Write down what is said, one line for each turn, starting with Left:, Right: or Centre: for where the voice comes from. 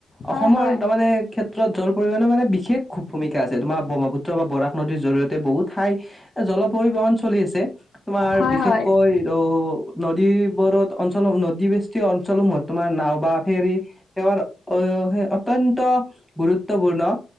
Left: হয়
Centre: অসমৰ
Left: হয়
Centre: তাৰ মানে ক্ষেত্ৰত জল পৰিবহণৰ মানে বিশেষ ভূমিকা আছে তোমাৰ ব্ৰহ্মপুত্ৰ বা বৰাক নদীৰ জৰি়য়তে বহুত ঠাই এ জল পৰিবহন চলি আছে তোমাৰ
Left: হয়
Centre: বিশেষকৈ
Left: হয় হয়
Centre: ৰৈ নদীবোৰত অঞ্চল নদীবেষ্টিৰ অঞ্চলসমূহত তোমাৰ নাও বা ফেৰী সেৱাৰ অ হে অত্যন্ত গুৰুত্বপূৰ্ণ